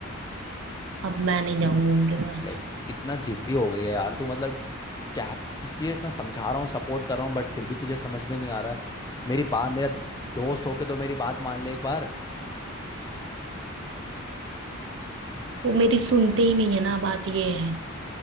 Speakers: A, on the right (about 60°); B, on the left (about 20°).
A: अब मैं नहीं जाऊंगी उनके पास
B: ले कितना जिद्दी हो गई है यार तू मतलब क्या कि तुझे इतना समझा रहा हूँ सपोर्ट कर रहा हूँ बट फिर भी तुझे समझ में नहीं आ रहा मेरी बात मेरा दोस्त होके तो मेरी बात मान ले एक बार
A: वो मेरी सुनते ही नहीं है ना बात ये है